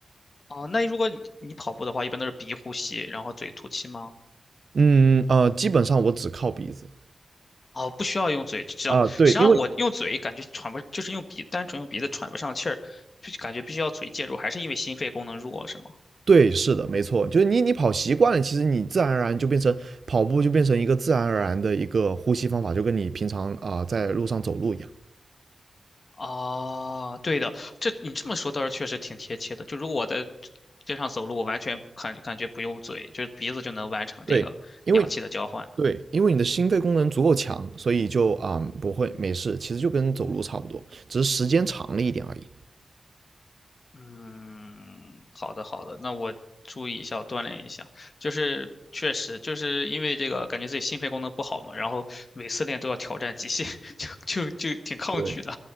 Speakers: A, on the left; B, on the right.
A: 哦，那如果你你跑步的话，一般都是鼻呼吸，然后嘴吐气吗？
B: 嗯呃，基本上我只靠鼻子
A: 哦，不需要用嘴，这样实际上我用嘴感觉喘不，
B: 啊、对，因为
A: 就是用鼻，单纯用鼻子喘不上气儿，就感觉必须要嘴介入，还是因为心肺功能弱，是吗？
B: 对，是的，没错，就是你你跑习惯了，其实你自然而然就变成跑步就变成一个自然而然的一个呼吸方法，就跟你平常啊、在路上走路一样。
A: 啊，对的，这你这么说倒是确实挺贴切的。就如果我在街上走路，我完全感感觉不用嘴，就是鼻子就能完成这个氧气的交换。
B: 对，因为对，因为你的心肺功能足够强，所以就啊、不会没事，其实就跟走路差不多，只是时间长了一点而已。
A: 嗯，好的好的，那我注意一下，我锻炼一下。就是确实就是因为这个，感觉自己心肺功能不好嘛，然后每次练都要挑战极限，<laughs> 就就就挺抗拒的。
B: 对，对